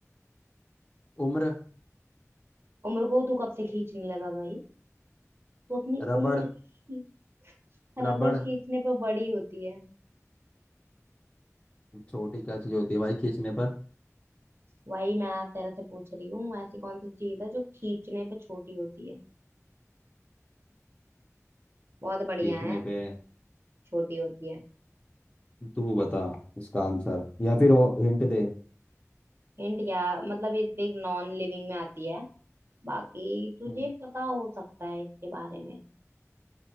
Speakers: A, on the left (about 25°); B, on the right (about 45°).
A: उम्र
B: उम्र को तू कब से खींचने लगा भाई तू अपनी
A: रबड़
B: उम्र खी-
A: रबड़
B: रबड़ खींचने पर बड़ी होती है
A: छोटी क्या चीज होती है भाई खींचने पर
B: वही मैं तेरे से पूछ रही हूँ ऐसी कौन सी चीज है जो खींचने पे छोटी होती है बहुत बढ़िया
A: खींचने
B: है
A: पे
B: छोटी होती है
A: तू बता इसका आंसर या फिर हिंट दे
B: हिंट क्या मतलब ये देख नॉन लिविंग में आती है बाकी तुझे
A: हम्म,
B: पता हो सकता है इसके बारे में